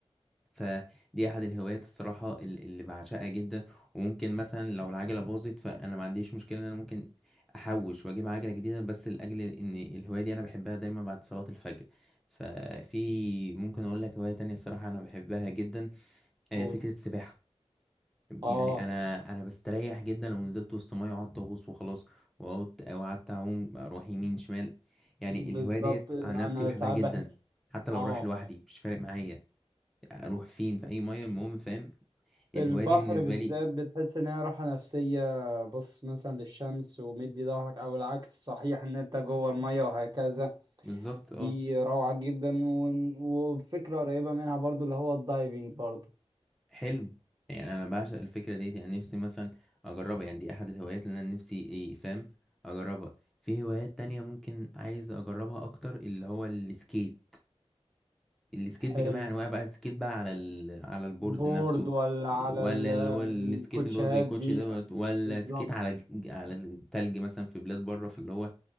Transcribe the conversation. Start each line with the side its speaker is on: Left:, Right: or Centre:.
Centre: فدي احد الهوايات الصراحه ال- اللي بعشقها جدا وممكن مثلا لو العجله باظت فانا ما عنديش مشكله ان انا ممكن احوش واجيب عجله جديده بس لاجل ان الهوايه دي انا بحبها دايما بعد صلاه الفجر ففي ممكن اقول لك هوايه تانية الصراحه انا بحبها جدا آه،
Right: أقول.
Centre: فكرة السباحة
Right: اه
Centre: يعني أنا أنا بستريح جدا لو نزلت وسط مية وقعدت أغوص وخلاص وقعدت وقعدت أعوم أروح يمين شمال يعني
Right: بالظبط
Centre: الهواية ديت
Right: انا
Centre: عن نفسي بحبها
Right: ساعات
Centre: جدا
Right: بحس
Centre: حتى لو
Right: اه
Centre: رايح لوحدي مش فارق معايا أروح فين في أي مية المهم فاهم
Right: في
Centre: الهواية
Right: البحر
Centre: دي بالنسبة
Right: بالذات
Centre: لي
Right: بتحس ان هي راحه نفسيه بص مثلا للشمس ومدي ظهرك او العكس صحيح ان انت جوه الميه وهكذا
Centre: بالظبط
Right: دي
Centre: أه
Right: روعه جدا ون- وفكره قريبه منها برضو اللي هو الدايفنج برضو
Centre: حلو يعني أنا بعشق الفكرة ديت يعني نفسي مثلا أجربها يعني دي أحد الهوايات اللي أنا نفسي إيه فاهم أجربها في هوايات تانية ممكن عايز أجربها أكتر اللي هو السكيت السكيت
Right: حلو
Centre: بجميع انواع بقى السكيت بقى على ال... على البورد
Right: بورد
Centre: نفسه
Right: ولا على
Centre: ولا
Right: ال-
Centre: اللي
Right: الكوتشيهات
Centre: هو السكيت اللي هو زي الكوتشي
Right: دي
Centre: دوت ولا
Right: بالظبط
Centre: سكيت على ج- على التلج مثلا في بلاد بره في اللي هو